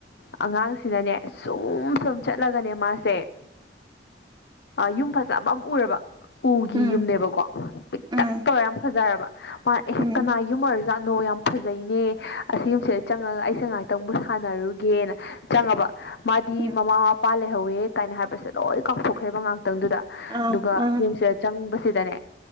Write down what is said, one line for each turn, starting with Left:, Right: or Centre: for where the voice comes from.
Left: ꯑꯉꯥꯡꯁꯤꯅꯅꯦ ꯁꯨꯝ ꯁꯨꯝ ꯆꯠꯂꯒꯅꯦ ꯃꯥꯁꯦ ꯌꯨꯝ ꯐꯖꯕ ꯑꯃꯝ ꯎꯔꯕ ꯎꯒꯤ
Right: ꯎꯝ
Left: ꯌꯨꯝꯅꯦꯕꯀꯣ ꯄꯤꯛꯇꯛ
Right: ꯎꯝ ꯎꯝ
Left: ꯇꯧꯔ ꯌꯥꯝ ꯐꯖꯔꯕ ꯃꯥ ꯑꯦ
Right: ꯎꯝ
Left: ꯀꯅꯥ ꯌꯨꯝ ꯑꯣꯏꯔꯁꯨ ꯖꯥꯠꯅꯣ ꯌꯥꯝ ꯐꯖꯩꯅꯦ ꯑꯁꯤꯒꯨꯝꯕꯁꯤꯗ ꯆꯪꯉꯒ ꯑꯩꯁꯦ ꯉꯥꯏꯥꯛꯇꯪꯕꯨ ꯁꯥꯟꯅꯔꯨꯒꯦ ꯒꯦꯅ ꯆꯪꯉꯕ ꯃꯥꯗꯤ
Right: ꯎꯝ
Left: ꯃꯃꯥ ꯃꯄꯥ ꯂꯩꯍꯧꯋꯦ ꯀꯥꯏꯅ ꯍꯥꯏꯕꯁꯦ ꯂꯣꯏ ꯀꯥꯎꯊꯣꯛꯈ꯭ꯔꯦꯕ ꯉꯥꯛꯇ ꯃꯇꯝꯗꯨꯗ
Right: ꯑꯥ
Left: ꯑꯗꯨꯒ
Right: ꯑꯥ
Left: ꯌꯨꯝꯁꯤꯗ ꯆꯪꯕꯁꯤꯗꯅꯦ